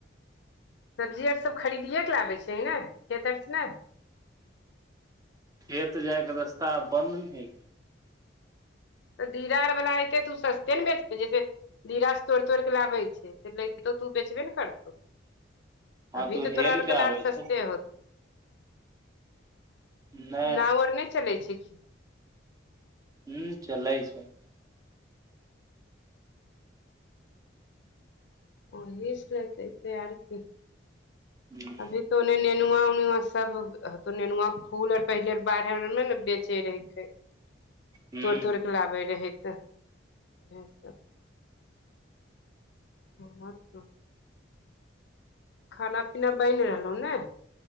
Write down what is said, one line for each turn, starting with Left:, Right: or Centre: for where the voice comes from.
Left: सब्जी आर सब खरीदियए के लबै छै ने खेत आर से ने
Right: खेत जायके रस्ता बन्द ने हय
Left: तऽ दीरार वला एतै तऽ ओ सस्ते ने बेचतै जैसे दिराास तोड़ि तोड़िक लाबै छै त लै तऽ तू बेचबे ने करतौ
Right: हँ
Left: अभी
Right: तू
Left: तऽ
Right: हेलके
Left: तोरा आरके अनार
Right: आबै
Left: सस्ते
Right: छै नहि
Left: नाव आर नहि चलै छै की
Right: हू चलै छै
Left: ओ इस लतत आरके <unintelligible>
Right: ह
Left: अभी तो ओने नेनुआ उनुआ सब तो नेनुआ फूल पहिले बाहर मे ने बेचे रहे
Right: ह
Left: तोर तोड़ खिलबै रहै तऽ इएह सब ह आ त खाना पीना बनि रहलहु ने